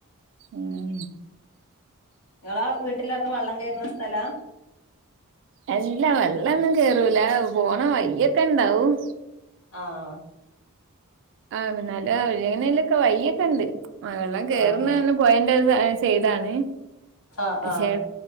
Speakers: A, on the right; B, on the left.
A: ഉം
B: ങ്ങളാ വീട്ടിലൊക്കെ വള്ളം കയറുന്ന സ്ഥലാ
A: അല്ലാ വെള്ളൊന്നും കേറൂല പോണ വയ്യൊക്കെ ഇണ്ടാവും
B: ആഹ്
A: ആ പിന്നാല അവങ്ങനെല്ലൊക്കെ വയ്യൊക്കെ ണ്ട് മയള്ളം കേറുന്ന
B: ആഹ്
A: പോയന്റത് സൈഡാണ്പക്ഷെ
B: ആഹ് ആഹ്